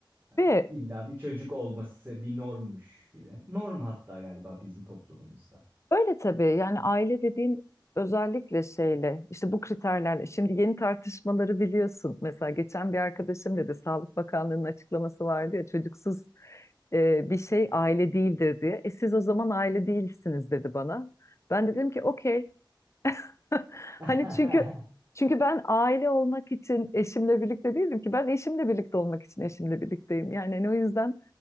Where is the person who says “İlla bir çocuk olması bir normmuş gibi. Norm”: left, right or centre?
Right